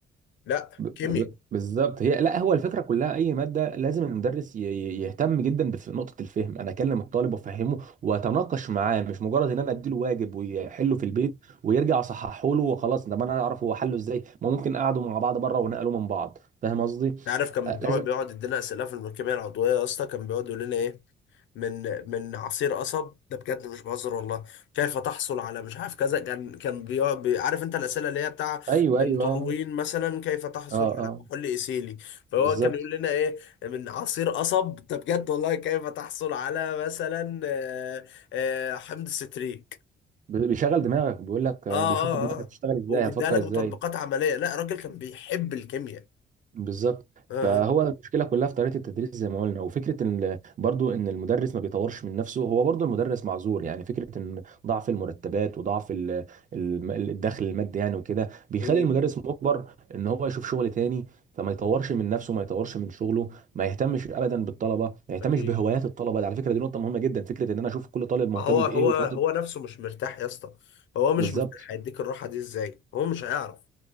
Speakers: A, on the left (about 70°); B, on the right (about 40°).
A: لا
B: ب-
A: كيمياء
B: ب- بالظبط هي لا هو الفكره كلها اي ماده لازم المدرس ي- ي- يهتم جدا بف- نقطه الفهم انا اكلم الطالب وافهمه واتناقش معاه مش مجرد ان انا اديله واجب ويحله في البيت ويرجع صححه له وخلاص طب انا اعرف هو حله ازاي ما ممكن قعدوا مع بعض بره ونقلوا من بعض فاهم قصدي
A: عارف كان
B: آه،
A: بيقعد
B: لازم
A: بيقعد يدينا اسئله في الملكيه العضويه يا اسطى كان بيقعد يقول لنا ايه من من عصير قصب ده بجد مش بهزر والله كيف تحصل على مش عارف كذا كان كان بيقعد بي- عارف انت الاسئله اللي هي بتاع
B: ايوه
A: من
B: ايوه
A: طولوين مثلا كيف تحصل
B: اه
A: على
B: اه
A: كحول ايثيلي فهو
B: بالظبط
A: كان يقول لنا ايه من عصير قصب ده بجد والله كيف تحصل على مثلا آه، آه، حمض ستريك
B: ب- بيشغل دماغك بيقول لك آه،
A: اه اه
B: بيشوف دماغك بتشتغل
A: اه
B: ازاي
A: وبيديها
B: هتفكر
A: لك
B: ازاي
A: بتطبيقات عمليه لا الراجل كان بيحب الكيمياء
B: بالظبط
A: اه
B: فهو
A: اه
B: المشكله كلها في طريقه التدريس زي ما قلنا وفكره ان برضو ان المدرس ما بيطورش من نفسه هو برضو المدرس معذور يعني فكره ان ضعف المرتبات وضعف ال- الم- الدخل المادي يعني وكده بيخلي
A: مم.
B: المدرس مجبر ان هو يشوف شغل تاني فما يطورش من نفسه ما يطورش من شغله ما يهتمش ابدا بالطلبه ما يهتمش
A: اكيد
B: بهوايات الطلبه دي على فكره دي نقطه مهمه جدا فكره ان انا اشوف كل طالب مهتم
A: ما هو
B: بايه
A: هو
B: وشاطر
A: هو نفسه مش مرتاح يا اسطى هو مش
B: بالظبط
A: مرتاح هيديك الراحه دي ازاي هو مش هيعرف